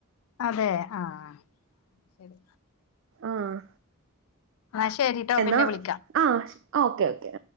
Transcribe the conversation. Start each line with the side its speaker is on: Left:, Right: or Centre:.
Left: അതെ ആഹ് ശരി
Right: ആഹ്
Left: എന്നാ ശരിട്ടോ
Right: എന്നാ
Left: പിന്നെ വിളിക്കാം
Right: ആഹ് ഓക്കേ ഓക്കെ